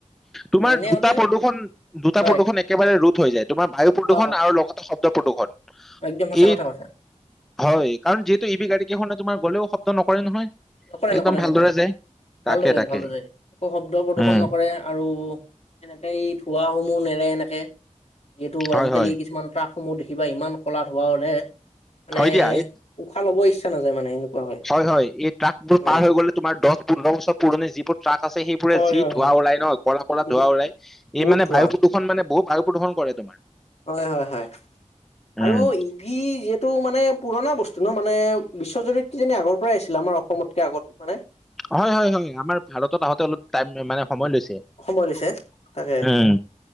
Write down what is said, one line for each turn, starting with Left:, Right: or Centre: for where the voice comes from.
Left: ত
Centre: তোমাৰ
Left: এনে
Centre: দুটা
Left: হলে
Centre: প্ৰদূশন দুটা
Left: হয়
Centre: প্ৰদূৰ্শন এক একেবাৰে ৰোধ হৈ যায়। তোমাৰ বায়ু প্ৰদূৰষণ
Left: অ অ
Centre: আৰু লগতে শব্দ প্ৰদূষণ।
Left: একদম সঁচা
Centre: এই
Left: কথা কৈছা।
Centre: হয় কাৰণ যিহেতু ই বি গাড়ী কেইখনে তোমাৰ গ'লেও শব্দ নকৰে নহয়
Left: নকৰে নকৰে
Centre: একদম ভালদৰে
Left: নকৰে
Centre: যায়
Left: ভালদৰেহে
Centre: তাকে তাকে
Left: ভালদ <unintelligible> কো শব্দ প্ৰদূ্ষন
Centre: উম
Left: নকৰে আৰু এনেকে এই ধোঁৱা সমূহ নেৰে এনেকে যিহেতু
Centre: হয়
Left: আজিকালি
Centre: হয়
Left: কিছুমান ট্ৰাকসমূহ দেখিবা ইমান ক'লা ধোৱা ওলে মানে
Centre: হয় দিয়া এই
Left: উশাহ ল'ব ইচ্ছা নাযায় মানে এনেকুৱা হয়।
Centre: হয় হয় এই ট্ৰাক বোৰ
Left: অ
Centre: পাৰ হৈ গ'লে তোমাৰ দছ-পোন্ধৰ বছৰ পুৰণি যিবোৰ ট্ৰাক আছে সেই বোৰে
Left: হয়
Centre: যি
Left: হয়
Centre: ধোঁৱা
Left: হয়
Centre: ওলাই ন ক'লা ক'লা
Left: বহুত
Centre: ধোৱা ওলাই
Left: বহুত
Centre: এই মানে
Left: ধোঁৱা
Centre: বায়ু প্ৰদূষণ মানে বহু বায়ু প্ৰদূষণ কৰে তোমাৰ
Left: হয়, হয়, হয়
Centre: উম
Left: আৰু ই ভি যিহে টো মানে পুৰণা বস্তু ন মানে বিশ্বজুৰিত কিজানি আগৰ পৰাই আছিল আমাৰ অসমতকে আগত হয়নে
Centre: হয়, হয়, হয় আমাৰ ভাৰতত আহোঁতে অলপ টাইম মে মানে সময় লৈছে।
Left: সময় লৈছে তাকে
Centre: উম